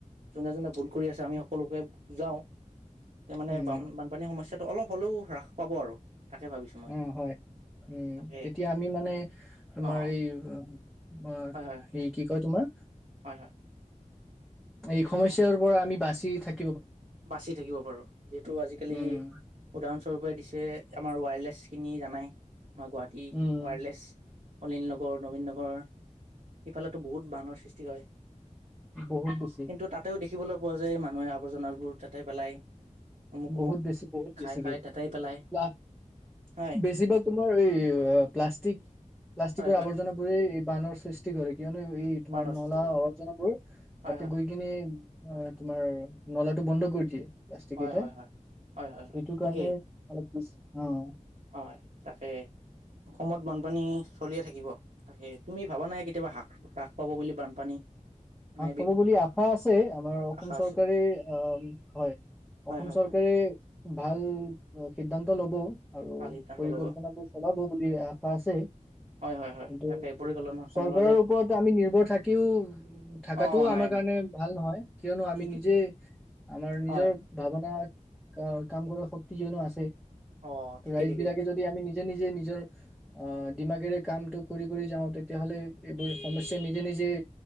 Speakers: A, on the right; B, in the centre.
A: যোনে যোনে ভুল কৰি আছে আমি সকলোকে বুজাও এতিয়া মানে
B: উম
A: বান বানপানীৰ সমস্যাত ত অলপ হ'লেও হ্ৰাস পাব আৰু তাকে ভাবিছো মই
B: অঁ হয় উম
A: তাকে
B: তেতিয়া আমি মানে তোমাৰ
A: অ
B: এই বা
A: হয় হয়
B: হে কি কয় তোমাৰ
A: হয় হয়
B: এই সমস্যাৰ পৰা আমি বাচি থাকি
A: বাচি থাকিব পাৰো যিহেতু আজিকালি
B: উম
A: উদাহৰণ পৰাই দিছে আমাৰ ৱায়াৰলেছ কিনি জানাই মই গুৱাহাটী
B: উম
A: ৱায়াৰলেছ অনিল নগৰ নবীন নগৰ ইফালে বহুত বানৰ সৃষ্টি হয়
B: বহুত বেছি
A: কিন্তু তাতেও দেখিবলৈ পোৱা যায় মানুহ আৱৰ্জনাবোৰ তাতে পেলাই অমুক
B: বহুত
A: অমুক
B: বেছি বহুত বেছিকো
A: খাই খাই তাতেই পেলাই হয়
B: বেছিভাগ তোমাৰ এই প্লাষ্টিক প্লাষ্টিকৰ
A: হয় হয়
B: আৱৰ্জনাবোৰেই বানৰ সৃষ্টি কৰি কিয়নো এই তোমাৰ
A: বানৰ
B: নলা
A: সৃষ্টি কৰে
B: আৱৰ্জনাবোৰ
A: হয়
B: তাতে
A: হয়
B: গৈ কিনে তোমাৰ নলাটো বন্ধ কৰি দিয়ে প্লাষ্টিকেইটাই
A: হয় হয় হয় হয় হয় হয়
B: এইটো
A: ঠিকেই
B: কাৰণে অলপ অঁ
A: হয় তাকে অসমত বানপানী চলিয়ে থাকিব তাকে তুমি ভাবা নাই কেতিয়াবা হ্ৰাস হ্ৰাস পাব বুলি বানপানী মানে
B: আগ পাব বুলি আশা আছে আমাৰ অসম
A: আশা
B: চৰকাৰে
A: আছে
B: অঁ হয়
A: হয়
B: অসম
A: হয়
B: চৰকাৰে
A: হয়
B: ভাল সিদ্ধান্ত লব আৰু
A: ভাল সিদ্ধান্ত
B: পৰিকল্পনাবোৰ
A: ল'ব
B: চলাব বুলি আশা আছে।
A: হয় হয় হয়
B: কিন্তু
A: তাকে পৰিকল্পনা সলালে
B: চৰকাৰৰ ওপৰত আমি নিৰ্ভৰ থাকিও থাকাটোও
A: অ
B: আমাৰ
A: নাই নাই
B: কাৰণে ভাল নহয়। কিয়নো আমি
A: ঠিকেই
B: নিজে আমাৰ নিজৰ
A: হয়
B: ভাৱনা ক- কাম কৰাৰ শক্তি কিয়নো আছে।
A: অ ঠিকে
B: ৰাইজবিলাকে
A: ঠিকে ঠিকে
B: যদি আমি নিজে - নিজে নি জে অ'- দিমাগেৰে কামটো কৰি - কৰি যাওঁ, তেতিয়া হ'লে এইবোৰ সমস্যাৰ নিজেই - নিজেই